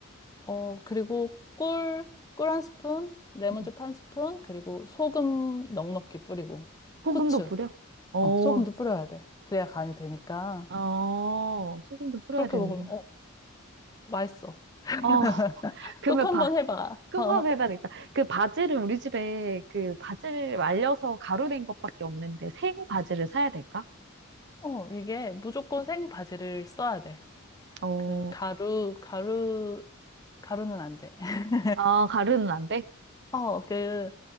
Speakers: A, on the left; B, on the right.
A: 어, 그리고 꿀, 꿀 한 스푼, 레몬즙
B: 응.
A: 한 스푼, 그리고 소금 넉넉히 뿌리고,
B: 소금도
A: 후추,
B: 뿌려? 어,
A: 어, 소금도 뿌려야 돼. 그래야 간이 되니까.
B: 어, 소금도 뿌려야
A: 그렇게
B: 되는구나.
A: 먹으면, 어, 맛있어. <laughs>
B: 어, <laughs> 그러면
A: 꼭 한번
B: 봐.
A: 해봐.
B: 끔화배반
A: <laughs> 어,
B: 있다. 그 바지를 우리 집에 그 바지를 말려서 가루된 것밖에 없는데 생 바지를 사야 될까?
A: 어, 이게 무조건 생 바지를 써야 돼.
B: 어,
A: 그 가루 가루 가루는 안 돼. <laughs>
B: 아, 가루는 안 돼?
A: 어, 그